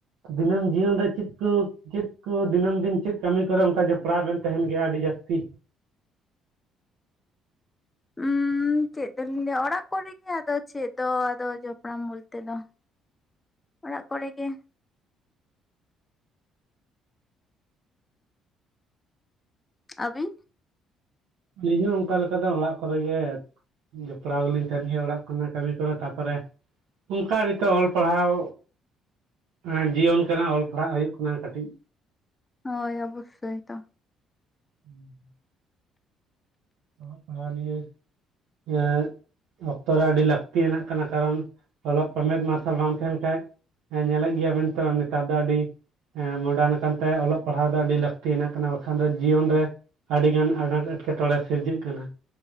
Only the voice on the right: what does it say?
ᱫᱤᱱᱟᱹᱢ ᱡᱤᱭᱚᱱ ᱨᱮ ᱪᱤᱫ ᱠᱩ ᱪᱮᱫ ᱠᱩ ᱫᱤᱱᱟᱹᱢ ᱫᱤᱱ ᱪᱮᱫ ᱠᱟᱹᱢᱤ ᱠᱚᱨᱮ ᱚᱱᱠᱟ ᱡᱚᱯᱲᱟᱣ ᱵᱮᱱ ᱛᱟᱦᱮᱱ ᱜᱮᱭᱟ ᱟᱹᱰᱤ ᱡᱟᱹᱥᱛᱤ?
ᱟᱹᱞᱤᱧ ᱦᱚᱸ ᱚᱱᱠᱟ ᱞᱮᱠᱟ ᱫᱚ ᱚᱲᱟᱜ ᱠᱚᱨᱮ ᱜᱮ᱾ ᱡᱚᱯᱲᱟᱣ ᱜᱮᱞᱤᱧ ᱛᱟᱦᱮᱱ ᱜᱮ ᱚᱲᱟᱜ ᱠᱷᱚᱱᱟᱜ ᱠᱟᱹᱢᱤ ᱠᱚᱨᱮ ᱛᱟᱯᱚᱨᱮ ᱚᱱᱠᱟ ᱱᱤᱛᱚᱜ ᱚᱞ ᱯᱟᱲᱦᱟᱣ ᱦᱟᱸ ᱡᱤᱭᱚᱱ ᱠᱟᱱᱟ ᱚᱞ ᱯᱟᱲᱦᱟᱜ ᱦᱩᱭᱩᱜ ᱠᱟᱱᱟ ᱠᱟᱹᱴᱤᱡ᱾
ᱦᱩᱸ᱾ ᱚᱞᱚᱜ ᱯᱟᱲᱦᱟᱣ ᱱᱤᱭᱟᱹ ᱮᱸᱜ ᱚᱠᱛᱚ ᱨᱮ ᱟᱹᱰᱤ ᱞᱟᱹᱠᱛᱤᱭᱟᱱᱟᱜ ᱠᱟᱱᱟ ᱠᱟᱨᱚᱱ ᱚᱞᱚᱜ ᱢᱮᱫ ᱢᱟᱨᱥᱟᱞ ᱵᱟᱝ ᱛᱟᱦᱮᱸᱱ ᱠᱷᱟᱡ ᱦᱮᱸ ᱧᱮᱞᱮᱫ ᱜᱮᱭᱟᱵᱤᱱ ᱛᱚ ᱱᱮᱛᱟᱨ ᱫᱚ ᱟᱹᱰᱤ ᱮᱸ ᱢᱚᱰᱟᱨᱱ ᱠᱟᱱᱛᱮ ᱚᱞᱚᱜ ᱯᱟᱲᱦᱟᱣ ᱫᱚ ᱟᱹᱰᱤ ᱞᱟᱹᱠᱛᱤ ᱭᱟᱱᱟᱜ ᱠᱟᱱᱟ ᱵᱟᱠᱷᱟᱱ ᱫᱚ ᱡᱤᱭᱚᱱ ᱨᱮ ᱟᱹᱰᱤ ᱜᱟᱱ ᱟᱱᱟᱴ ᱮᱴᱠᱮᱴᱚᱬᱮ ᱥᱤᱨᱡᱟᱹᱜ ᱠᱟᱱᱟ᱾